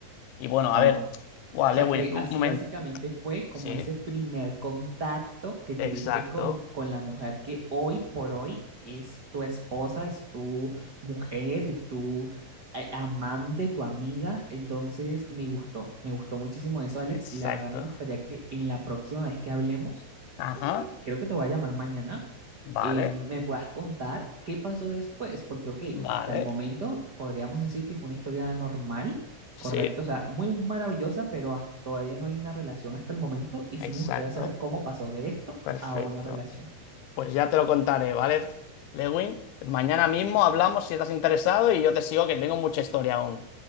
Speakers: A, on the left; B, on the right.
A: Y bueno,
B: Wow.
A: a ver,
B: O
A: wow,
B: sea
A: Lewin,
B: que
A: un
B: así
A: momento.
B: básicamente fue como
A: Sí,
B: ese primer contacto que tuviste
A: exacto,
B: con, con la mujer que hoy por hoy es tu esposa, es tu mujer, es tu eh, amante, tu amiga. Entonces me gustó, me gustó muchísimo eso, Alex,
A: exacto.
B: y la verdad me gustaría que en la próxima vez que hablemos,
A: Ajá,
B: eh, creo que te voy a llamar mañana
A: vale,
B: eh, me puedas contar qué pasó después, porque, ok,
A: vale.
B: hasta el momento podríamos decir que fue una historia normal,
A: Sí,
B: Correcto, o sea, muy maravillosa, pero has- todavía no hay una relación hasta el momento y sí
A: exacto,
B: me gustaría saber cómo pasó de esto
A: perfecto.
B: a una relación.
A: Pues ya te lo contaré, ¿vale, Lewin? Mañana mismo hablamos si estás interesado y yo te sigo que tengo mucha historia aún.